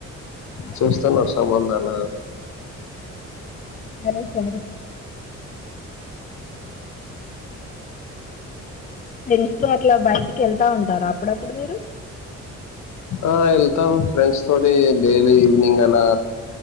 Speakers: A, on the left (about 25°); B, on the left (about 70°).
A: అవునా
B: చూస్తాను వ సంబంధాల
A: అరే సర ఫెంస్ లో అట్లా బయటికి వెళ్తా ఉంటారు అప్పుడప్పుడు మీరు
B: ఆ వెళ్తాం ఫ్రెండ్స్ తోటి డైలీ ఈవినింగ్ అలా